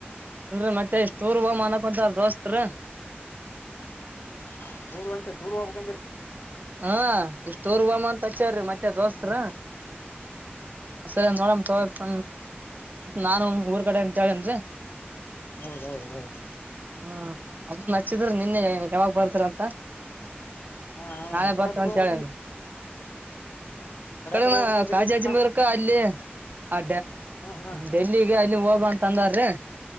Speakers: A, on the right (about 45°); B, on the left (about 65°).
A: ಇಲ್ ಮತ್ತೆ ಇಷ್ಟಊರ್ ಹೋಗ ಅನಕೊಂತಾರ <unintelligible> ದೋಸ್ತ್ ರೀ
B: <unintelligible>
A: <unintelligible> ಮತ್ತೆ ದೋಸ್ತರ
B: ಹ್ಞೂ
A: ಹ ಸರಿ ನೋಡ <unintelligible> ತಬರ್ತ ನಾನು ಊರ್ ಕಡೆ ಅಂತ ಹೇಳಿನ್ರಿ
B: ಹೌದು ಹೌದು ಹೌದು
A: ಹ ಅಮ್ಮನ್ ನಚ್ಚಿದ್ರ ನಿನ್ನೆ ಯಾವಾಗ ಬರ್ತೀರ ಅಂತ ಹಾ
B: ಹಾಂ ಹಾಂ
A: ನಾಳೆ
B: ಎಕಡೆ
A: ಬರ್ತೇ
B: ಕಡೆ
A: ಅಂತ
B: ಹೋಗ್ಬೇಕಂದ್
A: ಹೇಳ
B: ಎಕಡೆ
A: ಕಡಿ
B: ಕಡೆ ಹೋಗ್ಬೇಕಂದಿರಿ
A: ಕಜಿ ಆಜಿ
B: ಹಾಂ
A: ಬರ್ಕ ಅಲ್ಲಿ ಅ
B: ಹಾಂ ಹಾಂ
A: ಡೆಲ್ಲಿಗೆ ಅಲ್ಲಿ ಹೋಗಬಂತ ತಂದಾರ ರೀ